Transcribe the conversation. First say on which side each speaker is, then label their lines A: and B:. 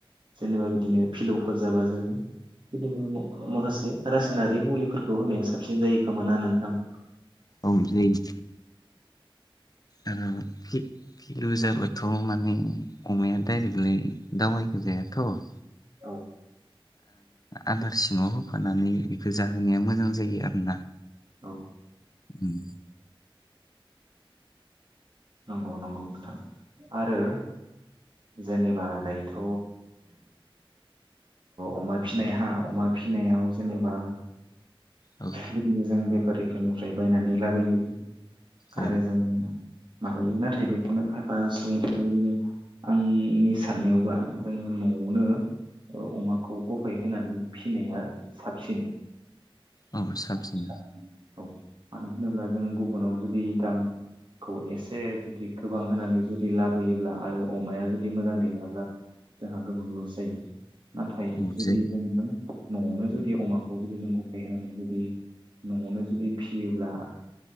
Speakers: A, on the right; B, on the left.
A: जेनेबा बिदिनो फिलौफोर जाबा जोङो बिदिनो माखासे रासायनारि मुलिफोरखौ होनाया साबसिन जायो खोमाना नोंथां
B: औ जायो आरो फिलु जाबा बोथ' माने अमाया दडायरेक्टलै दावायबोजायाथ'
A: औ
B: आदार सिङाव होफानानै बे गोजाहोनाया मोजां जायो आरोना
A: औ
B: उम
A: नंगौ नंगौ नोंथां आरो जेनेबा दायोथ' अमा फिनाय हा अमा फिसिनायाव जेनेबा
B: औ
A: बिदिनो जों बे बेफारिफोरनिफ्राय बायनानै लाबोयो
B: औ
A: आरो जोङो माबायो नाथाय बेखौनो खायफा सुबुंफोरा बिदिनो आंनि साननायावबा जोङो न'आवनो अमाखौ गफाय होनानै फिसिनाया साबसिन
B: औ साबसिन
A: आसा औ मानो होनोब्ला जों गुबुनाव जुदि दामखौ एसे से जुदि गोबां होनानै जुदि लाबोयोब्ला आरो अमाया जुदि मोजां देराब्ला जोंहा गोबां लस जायो नाथाय
B: औ
A: जुदि
B: जे
A: जोङो न'आवनो जुदि अमाखौ जुदि नों गफायहोनानै जुदि न'आवनो जुदि फियोब्ला